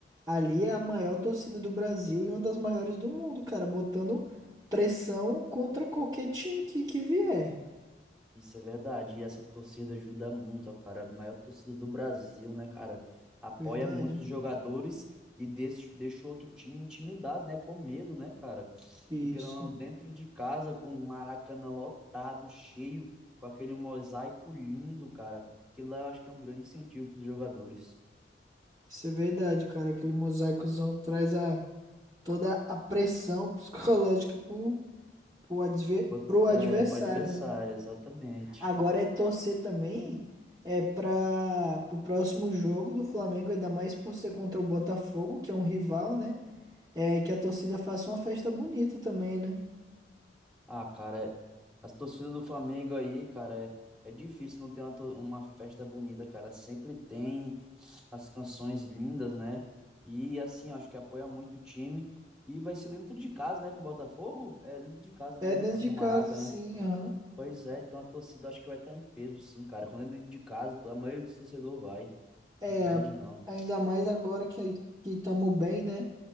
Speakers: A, on the right; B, in the centre.
A: ali é a maior torcida do Brasil e uma das maiores do mundo, cara, botando pressão contra qualquer time que, que vier.
B: Isso é verdade. E essa torcida ajuda muito, ó, cara. A maior torcida do Brasil, né, cara? Apoia
A: Verdade.
B: muitos jogadores e deixa, deixa o outro time intimidado, né? Com medo, né, cara?
A: Isso.
B: E querendo ou não, dentro de casa, com o Maracanã lotado, cheio, com aquele mosaico lindo, cara. Que lá eu acho que é um grande incentivo para os jogadores.
A: Isso é verdade, cara. Aquele mosaicozão traz a, toda a pressão <laughs> psicológica pro, pro, adver-
B: Outros-
A: pro adversário,
B: É, para adversário,
A: né?
B: exatamente.
A: Agora é torcer também é para o próximo jogo do Flamengo, ainda mais por ser contra o Botafogo, que é um rival, né? É que a torcida faça uma festa bonita também, né?
B: Ah, cara, é- as torcidas do Flamengo aí, cara, é, é difícil não ter uma, to- uma festa bonita, cara. Sempre tem as canções lindas, né? E assim, eu acho que apoia muito o time. E vai ser dentro de casa, né? Com o Botafogo? É dentro de casa,
A: É
B: né?
A: dentro
B: É
A: de
B: no
A: casa,
B: Maraca, né?
A: sim, aham.
B: Pois é, então a torcida acho que vai estar em peso, sim, cara. Quando é dentro de casa, a maioria dos torcedores vai.
A: É,
B: Não perde, não.
A: ainda mais agora que que estamos bem, né?